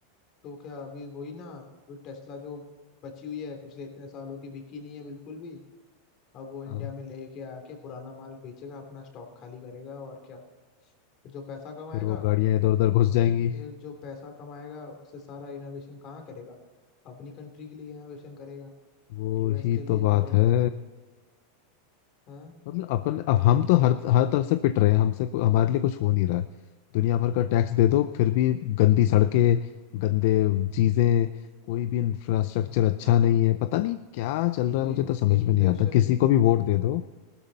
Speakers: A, on the left (about 40°); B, on the left (about 60°).
A: तो क्या अभी वही ना अभी टेस्ला जो बची हुई है पिछले इतने सालों की बिकी नहीं है बिल्कुल भी अब वो इंडिया
B: हाँ,
A: में लेके आके पुराना माल बेचेगा अपना स्टॉक खाली करेगा और क्या फिर जो पैसा कमाएगा
B: फिर वो गाड़ियां इधर उधर घुस जाएंगी
A: फिर जो पैसा कमाएगा उससे सारा इनोवेशन कहाँ करेगा अपनी कंट्री के लिए इनोवेशन करेगा
B: वो
A: यूएस
B: ही
A: के लिए
B: तो बात
A: करेगा
B: है
A: हाँ
B: मतलब अपन अब हम तो हर हर तरफ से पिट रहे हैं हमसे को- हमारे लिए कुछ हो नहीं रहा है दुनिया भर का टैक्स दे दो फिर भी गंदी सड़कें गंदे चीजें कोई भी इंफ्रास्ट्रक्चर
A: हम्म,
B: अच्छा नहीं है पता नहीं क्या चल रहा
A: वही
B: है मुझे तो समझ
A: इन्फ्लेशन
B: में नहीं आता किसी को भी वोट दे दो